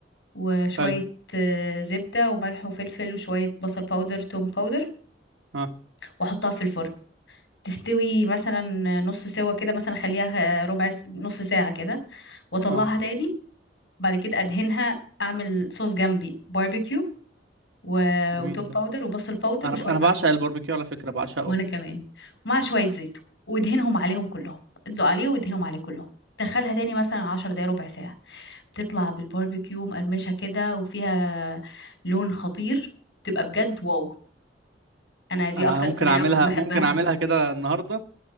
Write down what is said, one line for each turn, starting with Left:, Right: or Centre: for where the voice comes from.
Left: وشوية
Right: حلو
Left: آه، زبدة وملح وفلفل وشوية بصل باودر توم باودر
Right: اه
Left: واحطها في الفرن تستوي مثلا نص سوا كده مثلا اخليها ربع س- نص ساعة كده واطلعها
Right: اه
Left: تاني بعد كده ادهنها اعمل صوص جنبي باربيكيو و...
Right: جميل
Left: وتوم
Right: ده
Left: باودر وبصل باودر
Right: انا
Left: وشوية
Right: ب- انا بعشق
Left: عسل
Right: الباربيكيو على فكرة بعشقه
Left: وانا كمان ومع شويه زيت وادهنهم عليهم كلهم ادلق عليه وادهنهم عليه كلهم دخلها تاني مثلا عشر دقايق ربع ساعة بتطلع بالباربيكيو مقرمشة كده وفيها لون خطير تبقى بجد واو أنا دي
Right: انا
Left: أكتر
Right: ممكن
Left: طريقة
Right: اعملها
Left: كنت بحبها
Right: ممكن اعملها كده النهارده